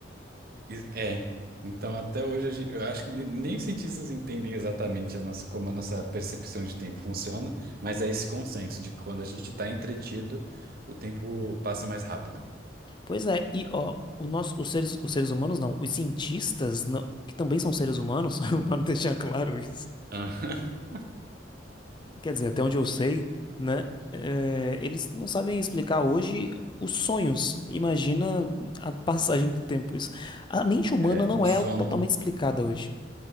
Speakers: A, on the right (about 55°); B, on the left (about 25°).
A: is- é. Então, até hoje, a gen- eu acho que nem os cientistas entendem exatamente a nossa, como a nossa percepção de tempo funciona, mas é esse consenso de que quando a gente está entretido, o tempo passa mais rápido.
B: Pois é, e ó, o nosso, os seres, os seres humanos não, os cientistas, não, que também são seres humanos, <laughs> vale deixar claro isso.
A: Aham. <laughs>
B: Quer dizer, até onde eu sei, né? é, eles não sabem explicar hoje os sonhos. Imagina a <laughs> passagem do tempo. Isso. A mente humana
A: É,
B: não
A: o sono,
B: é totalmente explicada hoje.